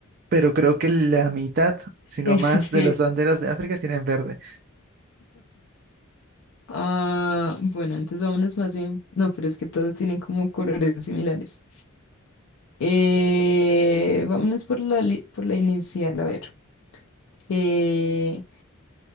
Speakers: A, on the right (about 45°); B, on the left (about 60°).
A: Pero creo que la mitad,
B: Es
A: si
B: que
A: no más,
B: <laughs> sí.
A: de las banderas de África tienen verde.
B: Ah, bueno, entonces vámonos más bien. No, pero es que todos tienen como colores similares. Eh, vámonos por la, li- por la inicial, a ver. Eh,